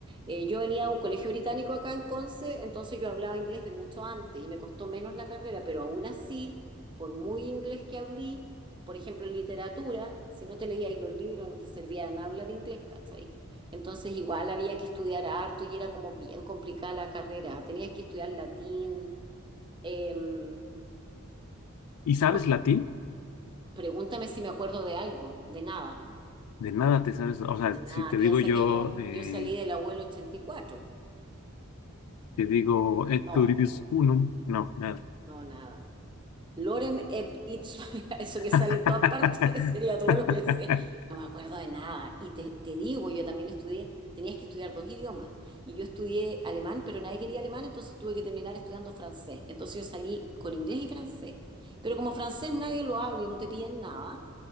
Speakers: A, on the right; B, on the left.
A: Eh, yo venía a un colegio británico acá en Conce, entonces yo hablaba inglés de mucho antes y me costó menos la carrera, pero aún así, por muy inglés que hablé, por ejemplo, en literatura, si no te leíais los libros no te servían hablar inglés, ¿cachai? Entonces igual había que estudiar harto y era como bien complicada la carrera. Tenías que estudiar latín. em,
B: ¿Y sabes
A: ¿cómo es?
B: latín?
A: Pregúntame si me acuerdo de algo, de nada.
B: De nada te sabes. O sea,
A: De nada,
B: si te
A: piensa
B: digo yo,
A: que yo,
B: eh,
A: yo salí del abuelo 84.
B: te digo et
A: No,
B: pluribus unum, no, nada.
A: no, nada. Lorem ep ipsum, <laughs> eso que sale
B: <laughs>
A: en todas partes, <laughs> sería todo lo que sé. No me acuerdo de nada. Y te, te digo, yo también estudié, tenías que estudiar dos idiomas. Y yo estudié alemán, pero nadie quería alemán, entonces tuve que terminar estudiando francés. Entonces yo salí con inglés y francés. Pero como francés nadie lo habla y no te piden nada,